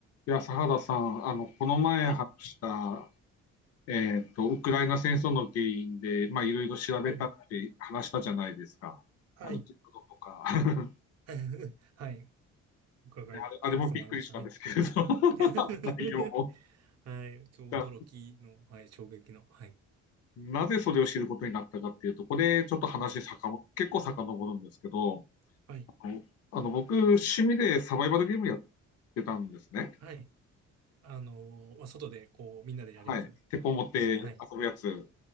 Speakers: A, on the left; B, on the right.
A: いや、佐原さん、あの、この前話した、
B: はい、
A: えっと、ウクライナ戦争の原因で、まあ、いろいろ調べたって話したじゃないですか。
B: はい、はい、
A: あの、ジェットとか、<laughs>
B: <laughs> はい、伺い聞かせてもらいました。
A: ね、あれ、あれもびっくりしたんですけれど、
B: はい。
A: <laughs>
B: <laughs>
A: 内容も。
B: はい、ちょ、驚きの、
A: だ
B: はい、衝撃の、はい、
A: なぜそれを知ることになったかっていうと、これ、ちょっと話さかも、結構遡るんですけど、
B: はい、
A: あの、あの僕、趣味でサバイバルゲームやってたんですね。
B: はい。あのーまあ、外で、こう、みんなでやるやつ
A: はい。鉄砲持って遊ぶやつ。
B: ですね。はい、